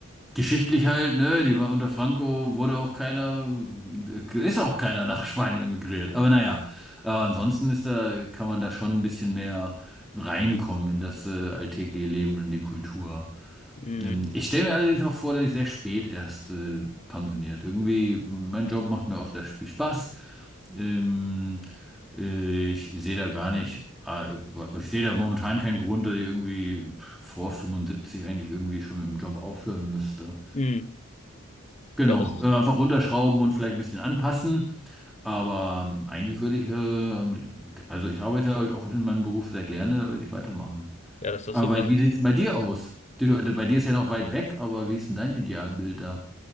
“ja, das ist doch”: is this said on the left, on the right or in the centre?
Left